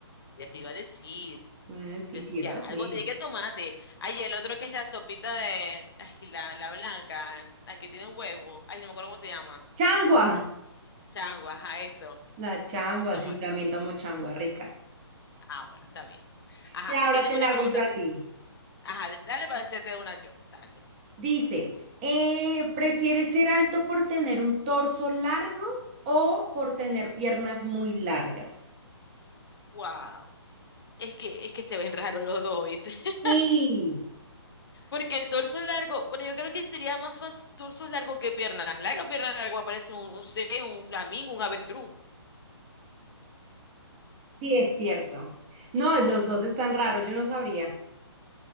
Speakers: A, on the left; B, on the right.
A: ya te iba a decir.
B: Eh, Sí,
A: Yo
B: sí,
A: decía,
B: es así.
A: algo tiene que tomarte. Ay, el otro que es la sopita de, ay, la, la blanca, la que tiene un huevo. Ay, no me acuerdo cómo se llama.
B: ¡Changua!
A: Changua, ajá, eso.
B: La changua,
A: Sí toma.
B: sí, también tomo changua rica.
A: Ah, bueno, está bien. Ajá,
B: Y ahora
A: aquí tengo
B: te la
A: una
B: hago
A: pregunta.
B: yo a
A: pa-
B: ti.
A: Ajá, de- dale para hacerte una yo. Dale.
B: Dice, eh, ¿prefieres ser alto por tener un torso largo o por tener piernas muy largas?
A: Wow. Es que, es que se ven raros los dos, ¿oíste? <laughs>
B: Sí,
A: Porque el torso largo, bueno, yo creo que sería más fácil torso largo que piernas largas. Piernas largas parece un, no sé, un flamingo, un avestruz.
B: sí es cierto. No, los dos están raros, yo no sabría.